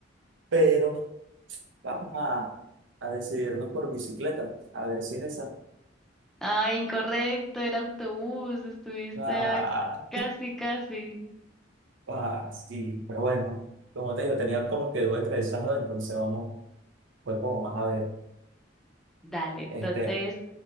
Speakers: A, on the right; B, in the centre.
A: Pero Vamos a, a decidirnos por bicicleta, a ver si en esa.
B: Ay, incorrecto, era autobús, estuviste
A: Ah,
B: a casi, casi.
A: ah, sí, pero bueno, como te digo, tenía como que duda entre esas dos, entonces vamos, pues como más a ver.
B: Dale,
A: Este,
B: entonces